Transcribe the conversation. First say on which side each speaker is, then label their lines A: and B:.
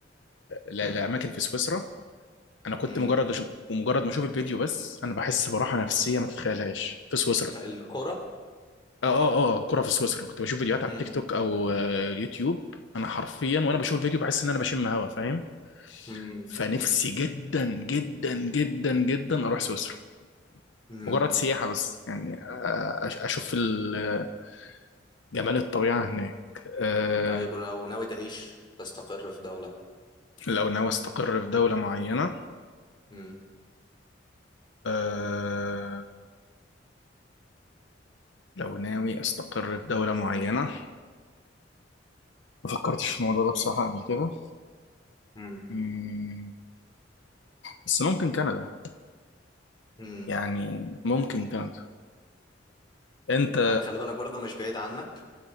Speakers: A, on the left (about 80°); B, on the left (about 25°).
A: ل لأماكن في سويسرا أنا كنت
B: مم.
A: مجرد أشوف ومجرد ما أشوف الفيديو بس أنا بحس براحة نفسية ما تتخيلهاش في سويسرا
B: القرى
A: آه آه آه كرة في سويسرا كنت بشوف فيديوهات على
B: مم.
A: التيك توك أو آه اليوتيوب أنا حرفيا وأنا بشوف الفيديو بحس إن أنا بشم هوا فاهم
B: مم.
A: فنفسي جدا جدا جدا جدا أروح سويسرا
B: امم
A: مجرد سياحة بس يعني آه أش- أشوف ال- جمال الطبيعة هناك آه
B: طيب لو ناوي تعيش تستقر في دولة
A: لو ناوي أستقر في دولة معينة
B: امم
A: أه لو ناوي استقر في دولة معينة ما فكرتش في الموضوع ده بصراحة قبل كده
B: مم.
A: مم، بس ممكن كندا
B: امم
A: يعني ممكن كندا انت
B: انا خلي بالك برضو مش بعيد عنك